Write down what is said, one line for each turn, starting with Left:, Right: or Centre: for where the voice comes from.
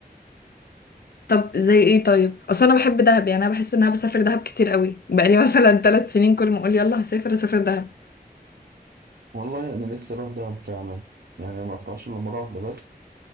Left: طب زي ايه طيب اصل انا بحب دهب يعني انا بحس ان انا بسافر دهب كتير قوي بقالي <laughs> مثلا ثلاث سنين كل ما اقول يلا هسافر هسافر دهب
Right: والله انا نفسي اروح دهب فعلا يعني انا ما رحتهاش الا مره واحده بس